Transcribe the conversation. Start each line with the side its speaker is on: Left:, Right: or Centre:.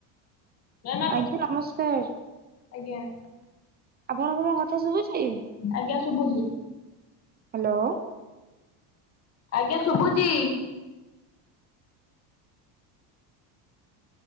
Left: ମ୍ୟାମ୍ ଆପ
Right: ଆଜ୍ଞା ନମସ୍କାର।
Left: ଆଜ୍ଞା।
Right: ଆପଣଙ୍କୁ ମୋ କଥା ଶୁଭୁଛି?
Left: ଆଜ୍ଞା ଶୁଭୁଛି।
Right: ହାଲୋ।
Left: ଆଜ୍ଞା ଶୁଭୁଛି।